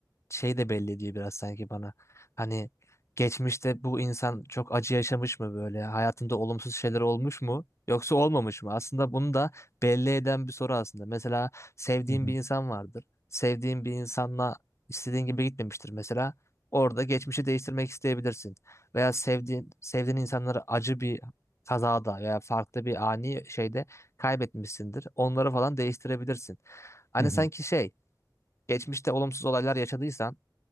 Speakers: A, on the left; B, on the right.
A: şey de belli diyor biraz sanki bana. Hani geçmişte bu insan çok acı yaşamış mı böyle? Hayatında olumsuz şeyler olmuş mu? Yoksa olmamış mı? Aslında bunu da belli eden bir soru aslında. Mesela sevdiğin
B: Hı hı.
A: bir insan vardır. Sevdiğin bir insanla istediğin gibi gitmemiştir mesela. Orada geçmişi değiştirmek isteyebilirsin. Veya sevdiğin sevdiğin insanları acı bir kazada veya farklı bir ani şeyde kaybetmişsindir. Onları falan değiştirebilirsin. Hani
B: Hı hı.
A: sanki şey geçmişte olumsuz olaylar yaşadıysan